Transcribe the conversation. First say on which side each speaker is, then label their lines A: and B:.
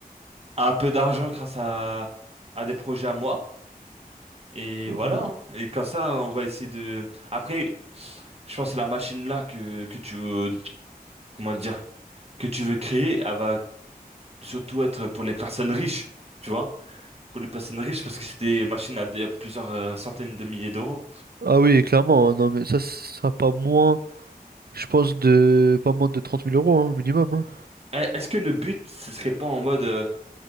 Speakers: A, on the right; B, on the right.
A: un peu d'argent grâce à, à des projets à moi. Et
B: Oh.
A: voilà. hein. Et comme ça, on va essayer de... Après, je pense que la machine là que, que tu veux, comment dire, que tu veux créer, elle va surtout être pour les personnes riches, tu vois? pour les personnes riches parce que c'est des machines à des- à plusieurs euh, centaines de milliers d'euros.
B: Ah oui, clairement, hein. non, mais ça, ce sera pas moins, je pense, de pas moins de trente mille euros hein, minimum. hein.
A: Eh, Est-ce que le but, ce serait pas en mode euh,